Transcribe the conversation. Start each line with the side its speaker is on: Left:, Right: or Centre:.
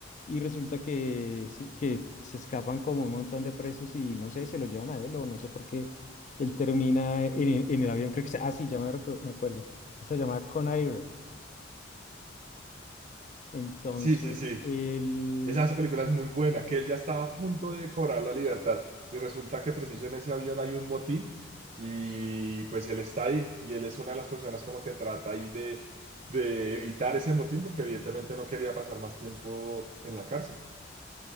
Left: Y resulta que, sí, que se escapan como un montón de presos y no sé, se lo llevan a él o no sé por qué. Él termina en, en el avión, creo que se- ah, sí, ya me, recu- me acuerdo. Esa se llama Conair. Entonces,
Right: Sí, sí, sí.
Left: él,
Right: Esa, esa película es muy buena, que él ya estaba a punto de cobrar la libertad. Y resulta que preciso en ese avión hay un motín y pues él está ahí y él es una de las personas como que trata ahí de, de evitar ese motín porque evidentemente no quería pasar más tiempo en la cárcel.